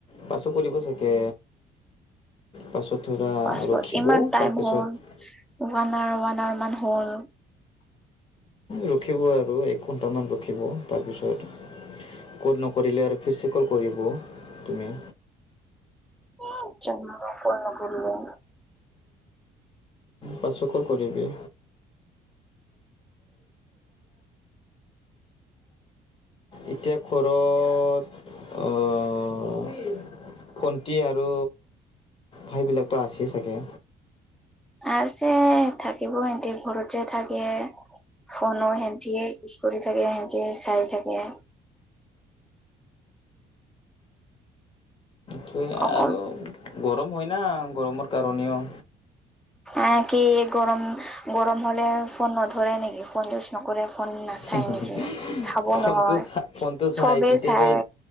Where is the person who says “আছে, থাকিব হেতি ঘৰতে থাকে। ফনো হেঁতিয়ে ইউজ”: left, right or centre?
Centre